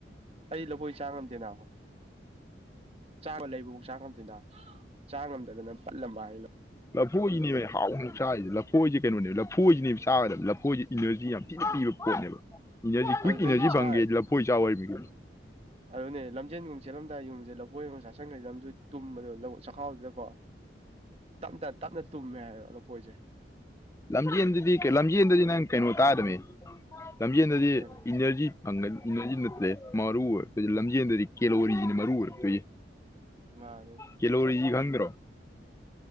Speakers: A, on the right; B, on the left.
A: ꯑꯩ ꯂꯧꯕꯣꯏ ꯆꯥ ꯉꯝꯗꯦꯅꯥ ꯆꯥꯕ ꯂꯩꯕ ꯆꯥ ꯉꯝꯗꯦꯗ ꯆꯥ ꯉꯝꯗꯗꯅ ꯄꯠꯂꯝꯕ ꯍꯥꯏꯅ
B: ꯂꯐꯨꯏꯅꯤ ꯍꯣꯏ ꯍꯥꯎ ꯍꯪꯆꯥꯏꯗꯤ ꯂꯐꯨ ꯂꯐꯣꯏꯁꯦ ꯀꯩꯅꯣꯅꯦꯕ ꯂꯐꯣꯏꯁꯤꯅꯦꯕ ꯆꯥꯣꯏꯕ ꯂꯐꯣꯏꯁꯤ ꯏꯅꯔꯖꯤ ꯌꯥꯝ ꯊꯤꯅ ꯄꯤꯕ ꯄꯣꯠꯅꯦꯕ ꯏꯅꯔꯖꯤ ꯀ꯭ꯋꯤꯛ
A: ꯑꯗꯨꯗꯩꯗꯤ
B: ꯏꯅꯔꯖꯤ
A: ꯏꯁꯥ
B: ꯐꯪꯒꯦ ꯂꯐꯣꯏ ꯏ ꯆꯥꯛ ꯑꯣꯏꯕꯤꯒꯅꯤ
A: ꯑꯗꯨꯅꯦ ꯂꯝꯖꯦꯟꯒꯨꯝ ꯆꯦꯜꯂꯝꯗꯥꯏ ꯌꯨꯝꯁꯦ ꯂꯧꯈꯣꯏ ꯑꯃꯒ ꯆꯁꯪꯈ꯭ꯔꯩꯦ ꯂꯝꯁꯨ ꯇꯨꯝꯕꯗꯣ ꯆꯥꯛꯈꯥꯎꯗꯨꯗꯀꯣ ꯇꯞꯅ ꯇꯞꯅ ꯇꯨꯝꯃꯦ ꯍꯥꯏꯔꯣ ꯑꯂꯣꯄ ꯑꯣꯏꯖꯩ
B: ꯂꯝꯖꯦꯜꯗꯗꯤ ꯂꯝꯖꯦꯜꯗꯗꯤ ꯅꯪ ꯀꯩꯅꯣ ꯇꯥꯗꯃꯤ ꯂꯝꯖꯅꯗꯤ
A: ꯀꯔꯤ
B: ꯏꯅꯔꯖꯤ ꯖꯤ ꯅꯠꯇ꯭ꯔꯦ ꯃꯔꯨ ꯑꯣꯏꯔꯛꯇꯣꯏꯁꯦ ꯂꯝꯖꯦꯟꯗꯗꯤ ꯀꯦꯂꯣꯔꯤꯁꯤꯅ ꯃꯔꯨ ꯑꯣꯏꯔꯛꯇꯣꯏꯁꯤ
A: ꯃꯥꯅꯦ
B: ꯀꯦꯂꯤꯔꯤ ꯌꯦꯒꯟ꯭ꯔꯣ